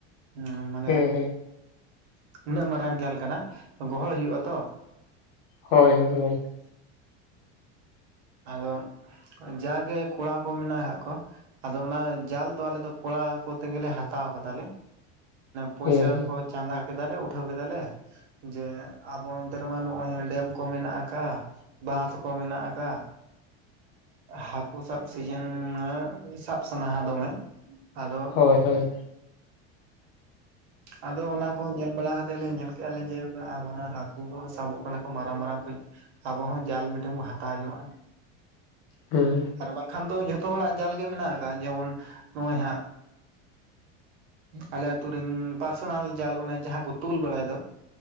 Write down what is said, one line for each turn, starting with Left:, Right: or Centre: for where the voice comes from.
Right: ᱦᱩᱸ ᱢᱟᱱᱮᱼᱼ
Left: ᱦᱮᱸ ᱦᱮᱸ
Right: ᱩᱱᱟᱹᱜ ᱢᱟᱨᱟᱝ ᱡᱟᱞ ᱠᱟᱱᱟ ᱜᱚᱦᱚᱲ ᱦᱩᱭᱩᱜ ᱟᱛᱚ᱾
Left: ᱦᱳᱭ ᱦᱳᱭ ᱜᱚᱝᱠᱮ
Right: ᱟᱫᱚ ᱡᱟᱜᱮ ᱠᱚᱲᱟ ᱠᱚ ᱢᱮᱱᱟᱜ ᱟᱠᱟᱫ ᱠᱚᱼᱼ ᱟᱫᱚ ᱚᱱᱟ ᱡᱟᱞ ᱫᱚ ᱟᱞᱮ ᱫᱚ ᱠᱚᱲᱟ ᱠᱚᱛᱮ ᱜᱮᱞᱮ ᱦᱟᱛᱟᱣ ᱟᱠᱟᱫᱟ ᱞᱮ ᱯᱚᱭᱥᱟ
Left: ᱦᱮᱸ ᱦᱮᱸ
Right: ᱠᱚ ᱪᱟᱸᱫᱟ ᱠᱮᱫᱟᱞᱮ ᱩᱴᱷᱟᱹᱣ ᱠᱮᱫᱟᱞᱮᱼᱼ ᱡᱮ ᱟᱵᱚ ᱱᱚᱛᱮ‌ ᱨᱮᱢᱟ ᱱᱚᱜᱼᱚᱭ ᱰᱮᱢ ᱠᱚ ᱢᱮᱱᱟᱜ ᱟᱠᱟᱫ ᱵᱟᱸᱫᱽ ᱠᱚ ᱢᱮᱱᱟᱜ ᱟᱠᱟᱫ ᱦᱟᱹᱠᱩ ᱥᱟᱵ ᱥᱤᱡᱮᱱ ᱥᱟᱵ ᱥᱟᱱᱟᱣᱟ ᱫᱚᱢᱮᱼᱼ ᱟᱫᱚ
Left: ᱦᱳᱭ ᱦᱳᱭ
Right: ᱟᱫᱚ ᱚᱱᱟ ᱠᱚ ᱧᱮᱞ ᱵᱟᱲᱟ ᱠᱟᱛᱮᱼᱼ ᱛᱮ ᱞᱮ ᱧᱮᱞ ᱠᱮᱫᱼᱟ ᱞᱮ ᱡᱮ ᱦᱟᱹᱠᱩ ᱥᱟᱵᱚᱜ ᱠᱟᱱᱟ ᱠᱚ ᱢᱟᱨᱟᱝ ᱢᱟᱨᱟᱝ ᱠᱚᱼᱼ ᱟᱵᱚ ᱦᱚᱸ ᱡᱟᱞ ᱢᱤᱫᱴᱮᱱ ᱵᱚ ᱦᱟᱛᱟᱣ ᱡᱚᱝᱚᱜᱼᱟ᱾
Left: ᱦᱩᱸ
Right: ᱟᱨ ᱵᱟᱝᱼᱠᱷᱟᱱ ᱫᱚ ᱡᱷᱚᱛᱚ ᱦᱚᱲᱟᱜ ᱡᱟᱞ ᱜᱮ ᱜᱮ ᱢᱮᱱᱟᱜ ᱟᱠᱟᱟᱜᱼᱟ ᱡᱮᱢᱚᱱ ᱱᱚᱜᱼᱚᱭ ᱦᱟᱸᱜ ᱟᱞᱮ ᱟ. ᱛᱳ ᱨᱮᱱ ᱯᱟᱨᱥᱚᱱᱟᱞ ᱡᱟᱞ ᱚᱱᱮ ᱡᱟᱦᱟᱸ ᱠᱚ ᱛᱩᱞ ᱵᱟᱲᱟᱭ ᱫᱚ᱾